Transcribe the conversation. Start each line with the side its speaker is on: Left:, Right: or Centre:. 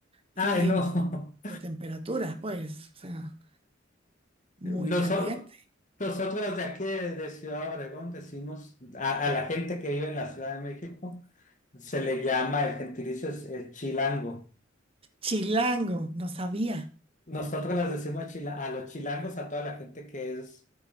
Right: y,
Left: Ay, no.
Right: y no la temperatura, pues, o sea,
Left: <laughs>
Right: muy
Left: Noso-
Right: caliente.
Left: nosotros de aquí de, de Ciudad Obregón decimos a, a la gente que vive en la Ciudad de México, se le llama, el gentilicio es eh, chilango.
Right: Chilango, no sabía.
Left: Nosotros les decimos chila- a los chilangos, a toda la gente que es